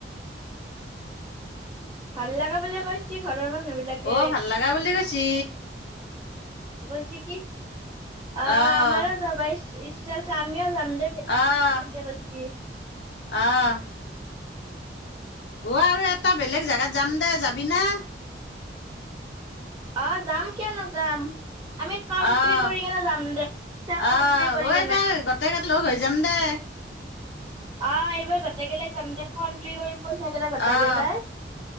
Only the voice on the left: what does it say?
অ ভাল লগা বুলি কৈছে ছে
আহ
আহ আহ অ আৰু এটা বেলেগ জেগাত যাম দে যাবি না
আহ
আহ
অ
এইবাৰ গোটেইকেইটা লগ হৈ যাম দে
আহ